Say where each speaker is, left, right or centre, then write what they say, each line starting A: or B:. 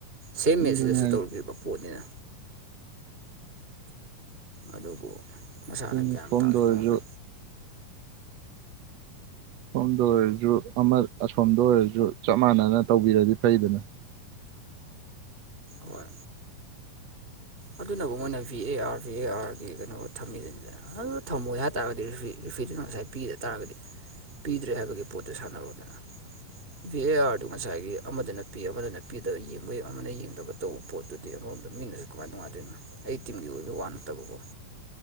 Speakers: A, on the right; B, on the right.
A: ꯁꯦꯝꯃꯦꯠꯁꯤꯗꯁꯨ
B: ꯑꯗꯨꯅꯦ ꯍꯥꯏꯁꯦ
A: ꯄꯔꯤꯕ ꯄꯣꯠꯅꯤꯅ ꯑꯗꯨꯕꯨ ꯃꯁꯥꯅ
B: ꯑꯗꯨꯅꯤ
A: ꯒ꯭ꯌꯥꯟ
B: ꯐꯣꯝꯗ
A: ꯇꯥꯁꯨ
B: ꯑꯣꯏꯔꯁꯨ
A: ꯉꯝꯗ
B: ꯁꯣꯝꯗ ꯑꯣꯏꯔꯁꯨ ꯑꯃ ꯑꯁꯣꯝꯗ ꯑꯣꯏꯔꯁꯨ ꯆꯞ ꯃꯥꯟꯅꯅ ꯇꯧꯕꯤꯔꯗꯤ ꯐꯩꯗꯅ
A: ꯍꯣꯏ ꯑꯗꯨꯅꯕꯨ ꯃꯣꯏꯅ V A R V A ꯑꯥꯔꯒꯤ ꯀꯩꯅꯣ ꯊꯝꯃꯤꯗꯨꯅꯤꯗ ꯑꯗꯨ ꯊꯝꯃꯣꯏ ꯍꯥꯏꯇꯥꯔꯒꯗꯤ ꯔꯤꯐꯤ ꯔꯤꯐꯤꯗꯨꯅ ꯉꯁꯥꯏ ꯄꯤꯗ ꯇꯥꯔꯒꯗꯤ ꯄꯤꯗ꯭ꯔꯦ ꯍꯥꯏꯕꯒꯤ ꯄꯣꯠꯇꯨ ꯁꯥꯟꯅꯔꯣꯗꯅ ꯚꯤ ꯑꯦ ꯑꯥꯔꯗꯨ ꯉꯁꯥꯏꯒꯤ ꯑꯃꯗꯅ ꯄꯤ ꯑꯃꯗꯅ ꯄꯤꯗꯕ ꯌꯦꯡꯕ ꯌꯥ ꯑꯃꯅ ꯌꯦꯡꯗꯕ ꯇꯧꯕ ꯄꯣꯠꯇꯨꯗꯤ ꯑꯃꯔꯣꯝꯗ ꯃꯤꯅꯁꯨ ꯅꯨꯉꯥꯏꯇꯦꯅ ꯑꯩ ꯇꯤꯝꯒꯤ ꯑꯣꯏꯕ ꯋꯥ ꯅꯠꯇꯕ ꯀꫭ